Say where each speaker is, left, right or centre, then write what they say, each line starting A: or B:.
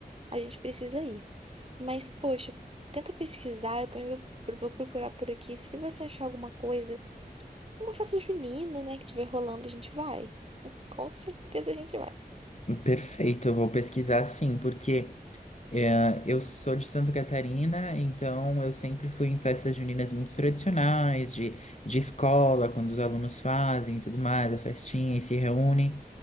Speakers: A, on the right; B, on the left.
A: A gente precisa ir. Mas, poxa, tenta pesquisar, eu também vou eu vou procurar por aqui. Se você achar alguma coisa, uma festa junina, né, que tiver rolando, a gente vai. <laughs> Com certeza a gente vai.
B: Perfeito, eu vou pesquisar sim, porque É, eu sou de Santa Catarina, então eu sempre fui em festas juninas muito tradicionais, de, de escola, quando os alunos fazem e tudo mais, a festinha e se reúnem.